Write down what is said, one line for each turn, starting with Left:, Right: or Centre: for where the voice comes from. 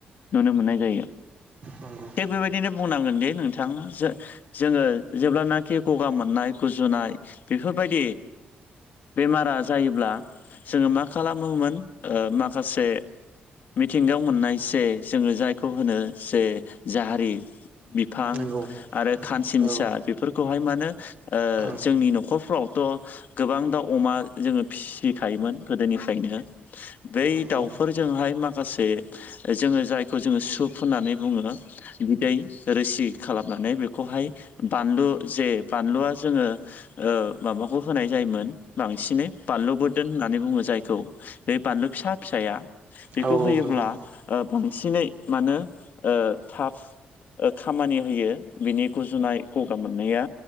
Left: नुनो मोननाय जायो।
Right: नंगौ
Left: थिग बेबायदिनो बुंनांगोन दे नोंथां जो जोंङो जेब्लानाखि गगा मोननाय गुजुनाय बेफोरबायदि बेमारा जायोब्ला जोंङो मा खालामोमोन ओ माखासे मिथिंगायाव मोननाय जे जोंङो जायखौ होनो जे जारि बिफां
Right: नंगौ
Left: आरो खानसिंसा
Right: औ
Left: बेफोरखौहाय माने
Right: औ
Left: जोंनि न'खरफ्रावथ' गोबां दाउ अमा जोंङो फिसिखायोमोन गोदोनिफ्रायनो बै
Right: नंगौ
Left: दाउफोरजोंहाय माखासे जोंङो जायखौ जोंङो सुप होननानै बुंङो। बिदै रोसि खालामनानै बेखौहाय बानलु जे बानलुआ जोंङो ओ माबाखौ होनाय जायोमोन बांसिनै बानलु बोरदोन होननानै बुंङो जायखौ बे बानलु फिसा फिसाया बेखौ
Right: औ
Left: होयोब्ला
Right: नंगौ
Left: बांसिनै मानो ओ थाब ओ खामानि होयो बिनि गुजुनाय गगा मोननाया